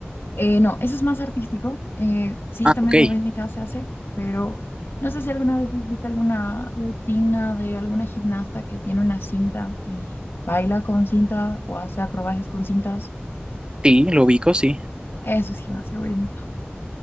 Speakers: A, on the left; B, on the right.
A: Eh, no, eso es más artístico. Eh, sí,
B: Ah,
A: también
B: ok.
A: en rítmica se hace, pero no sé si alguna vez has visto alguna rutina de alguna gimnasta que tiene una cinta y baila con cinta o hace acrobacias con cintas.
B: Sí, lo ubico, sí.
A: Eso es gimnasia rítmica.